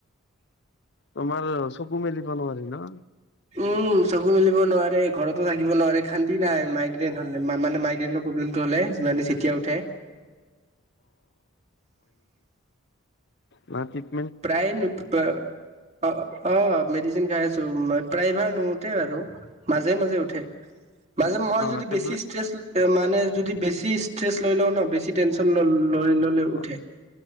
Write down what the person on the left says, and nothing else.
তোমাৰ চকু মেলিব নোৱাৰি ন।
ন কি <unintelligible>
অ
টেবলেট
অ